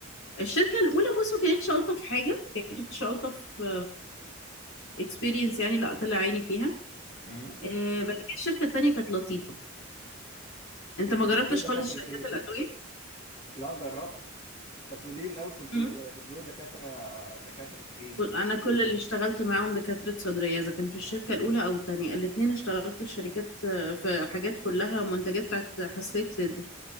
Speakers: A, on the left; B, on the left.
A: الشركه الاولى بصوا كانت شلطه في حاجه كانت شلطه في اكسبيرينس يعني لا طلع عيني فيها
B: مم.
A: آه، بعد كده الشركه التانية كانت لطيفه انت
B: كنت
A: ما
B: بتزوري
A: جربتش
B: دكاترة
A: خالص شركات
B: ايه؟
A: الادويه
B: لا جربت بس قولي لي الأول كنت
A: مم.
B: بت- بتزوري دكاترة دكاترة ايه بالظبط؟
A: انا كل اللي اشتغلت معاهم دكاتره صدريه اذا كان في الشركه الاولى او التانية الاتنين اشتغلت في شركات آه، في حاجات كلها منتجات بتاعت حساسيه صدر